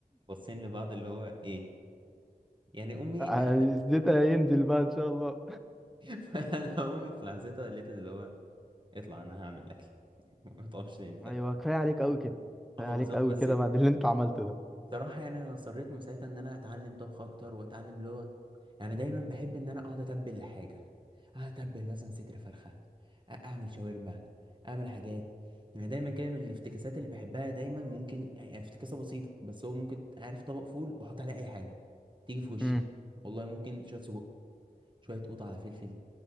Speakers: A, on the right; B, in the centre.
A: باصين لبعض اللي هو ايه يعني امي
B: <laughs>
A: انا
B: زيتها هينزل بقى ان شاء الله
A: <laughs> انا امي في لحظتها قالت لي اللي هو اطلع انا هعمل الاكل <laughs> ما تقفش تاني ف
B: ايوه كفايه عليك قوي كده كفايه
A: اه
B: عليك
A: بالظبط
B: قوي
A: بس
B: كده بعد اللي انت عملته
A: صراحة يعني أنا اصريت من ساعتها إن أنا أتعلم طبخ أكتر وأتعلم لغة يعني دايما بحب إن أنا أقعد أتبل الحاجة أتبل مثلا صدر فرخة أ- أعمل شاورما أعمل حاجات يعني دايما كده من الافتكاسات اللي بحبها دايما ممكن يعني افتكاسة بسيطة بس هو ممكن عارف طبق فول وأحط عليه أي حاجة تيجي في وشي
B: ده
A: والله ممكن شوية سجق شوية قوطة على فلفل